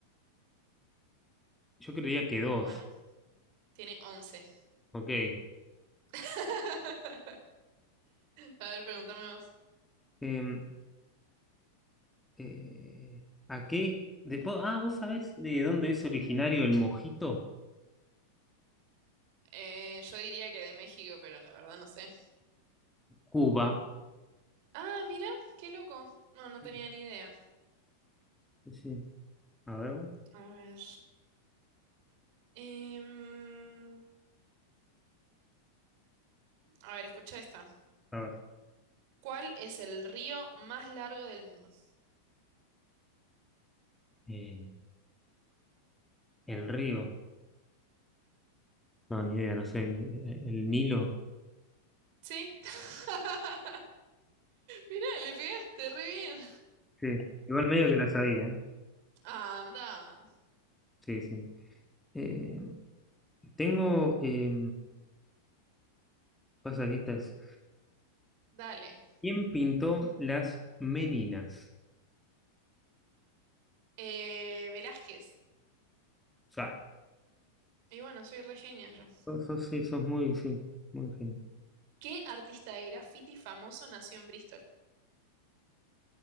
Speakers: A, in the centre; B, on the right (about 45°).
A: Yo creería que dos.
B: Bueno, tiene 11.
A: Ok.
B: <laughs> A ver, pregúntame vos.
A: Eh, eh, ¿a qué? de- vos- ah, ¿vos sabés de dónde es originario el mojito?
B: Eh, yo diría que de México, pero la verdad no sé.
A: Cuba.
B: Ah, mira, qué loco. No, no
A: Sí,
B: tenía ni idea.
A: sí. A ver, vos.
B: A ver. Em, a ver, escucha esta.
A: A ver.
B: ¿Cuál es el río más largo del mundo?
A: Eh, el río. No, ni idea, no sé. el- el Nilo.
B: Sí. <laughs> Mira, le pegaste re bien.
A: Sí, igual medio que la sabía, ¿eh?
B: Anda,
A: Sí, sí. Eh, tengo, eh, pasa que estas.
B: dale.
A: ¿Quién pintó las Meninas?
B: Eh, Velázquez.
A: O sea,
B: Y bueno, soy re genia yo.
A: sos, sos- sí, sos muy, sí, muy gen-
B: ¿Qué artista de graffiti famoso nació en Bristol?